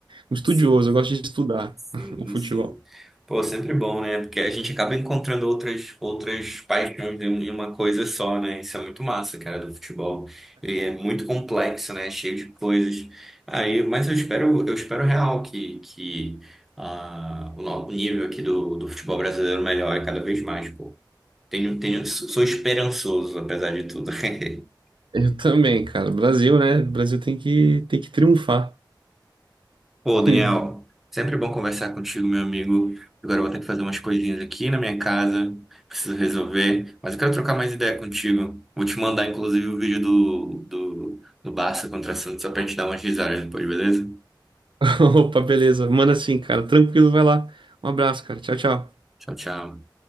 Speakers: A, on the right; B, in the centre.
A: Um estudioso,
B: Sim.
A: eu gosto de estudar
B: Sim,
A: <laughs> o futebol.
B: sim. Pô, sempre bom, né? Porque a gente acaba encontrando outras, outras paixões em um, em uma coisa só, né? Isso é muito massa, cara, do futebol. E é muito complexo, né? Cheio de coisas. Aí, mas eu espero, eu espero real que, que ah, o no- o nível aqui do, do futebol brasileiro melhore cada vez mais, pô. Tenho, tenho, sou esperançoso, apesar de tudo. <laughs>
A: Eu também, cara. Brasil, né? Brasil tem que, tem que triunfar.
B: Ô,
A: <laughs>
B: Daniel, sempre bom conversar contigo, meu amigo. Agora eu vou ter que fazer umas coisinhas aqui na minha casa, preciso resolver, mas eu quero trocar mais ideia contigo. Vou te mandar, inclusive, o vídeo do, do, do Barça contra Santos só pra gente dar umas risadas depois, beleza?
A: Opa, beleza. Manda assim, cara. Tranquilo, vai lá. Um abraço, cara. Tchau, tchau.
B: Tchau, tchau.